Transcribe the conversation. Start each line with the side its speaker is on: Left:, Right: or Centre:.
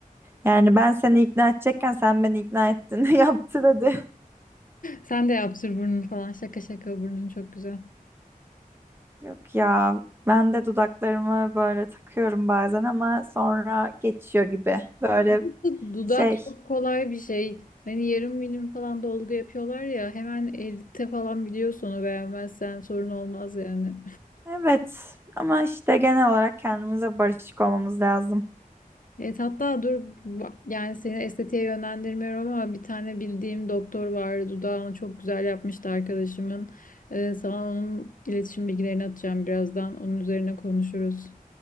Right: Yani ben seni ikna edecekken sen beni ikna ettin. <laughs> Yaptır hadi.
Left: Sen de yaptır burnunu falan. Şaka şaka burnun çok güzel.
Right: Yok ya ben de dudaklarımı böyle takıyorum bazen ama sonra geçiyor gibi. Böyle
Left: Bu Dudak
Right: şey.
Left: çok kolay bir şey. Hani yarım milim falan dolgu yapıyorlar ya hemen elde falan biliyorsun onu beğenmezsen sorun olmaz yani.
Right: Evet ama işte genel olarak kendimize barışık olmamız lazım.
Left: Evet hatta dur bak, yani seni estetiğe yönlendirmiyorum ama bir tane bildiğim doktor vardı dudağını çok güzel yapmıştı arkadaşımın. Ee, sana onun iletişim bilgilerini atacağım birazdan onun üzerine konuşuruz.